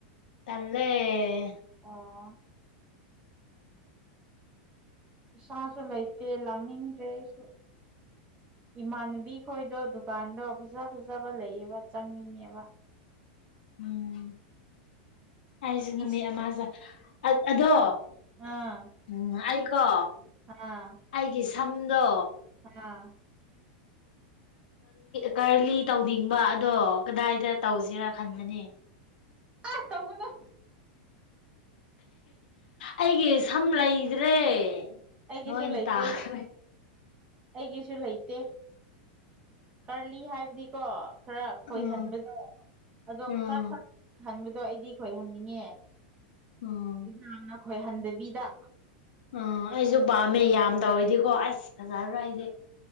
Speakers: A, on the left; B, on the right.
A: ꯇꯦ
B: ꯑꯣ ꯄꯩꯁꯥꯁꯨ ꯂꯩꯇꯦ ꯂꯥꯡꯅꯤꯡꯗ꯭ꯔꯦ ꯑꯩꯁꯨ ꯏꯃꯥꯟꯅꯕꯤ ꯈꯣꯏꯗꯣ ꯗꯨꯀꯥꯟꯗꯣ ꯐꯖ ꯐꯖꯕ ꯂꯩꯌꯦꯕ ꯆꯪꯅꯤꯡꯉꯦꯕ
A: ꯎꯝ ꯑꯩꯁꯦ ꯅꯨꯃꯤꯠ
B: ꯏꯁ
A: ꯑꯃꯁꯦ ꯑꯗꯣ
B: ꯑꯥ
A: ꯎꯝ ꯑꯩꯀꯣ
B: ꯍꯥꯥ
A: ꯑꯩꯒꯤ ꯁꯝꯗꯣ
B: ꯍꯥꯥ
A: ꯀꯔꯂꯤ ꯇꯧꯅꯤꯡꯕ ꯑꯗꯣ ꯀꯗꯥꯏꯗ ꯇꯧꯁꯤꯔꯥ ꯈꯟꯕꯅꯦ
B: ꯑ ꯇꯧꯕꯅꯣ
A: ꯑꯩꯒꯤ ꯁꯝ ꯂꯩꯗ꯭ꯔꯦ
B: ꯑꯩꯒꯤꯁꯨ
A: ꯂꯣꯏꯅ
B: ꯂꯩꯇꯦ
A: ꯇꯥꯈ꯭ꯔꯦ
B: ꯑꯩꯒꯤꯁꯨ ꯂꯩꯇꯦ ꯀꯔꯂꯤ ꯍꯥꯏꯕꯗꯤꯀꯣ ꯈꯔ ꯈꯣꯏꯍꯟꯕꯗꯣ
A: ꯎꯝ
B: ꯑꯗꯣ
A: ꯎꯝ
B: ꯈꯔ ꯈꯔꯍꯟꯕꯗꯣ ꯑꯩꯗꯤ ꯈꯣꯏꯍꯟꯅꯤꯡꯉꯦ
A: ꯎꯝ
B: ꯏꯅꯥꯅ ꯈꯣꯏꯍꯟꯗꯕꯤꯗ
A: ꯎꯝ ꯑꯩꯁꯨ ꯄꯥꯝꯃꯦ ꯌꯥꯝ ꯇꯧꯔꯤꯗꯤꯀꯣ ꯑꯁ ꯐꯖꯔꯣꯏ ꯑꯩꯗꯤ